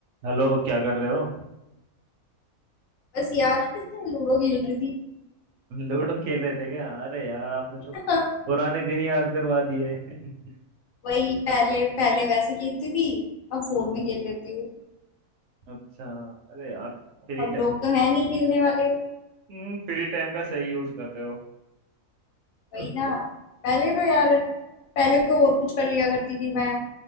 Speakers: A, on the right; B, on the left.
A: Hello क्या कर रहे हो
B: बस यार <laughs> लूडो खेल रही थी
A: लूडो खेल रहे थे क्या अरे यार आपने तो
B: <laughs>
A: पुराने दिन याद करवा दिए <laughs>
B: वही पहले पहले वैसे खेलती थी अब फोन में खेल लेती हूँ
A: अच्छा अरे यार फ्री
B: अब लोग
A: टाइम
B: तो है नहीं खेलने वाले
A: हम्म, फ्री टाइम का सही यूज कर रहे हो <laughs>
B: वही ना पहले तो यार पहले तो और कुछ कर लिया करती थी मैं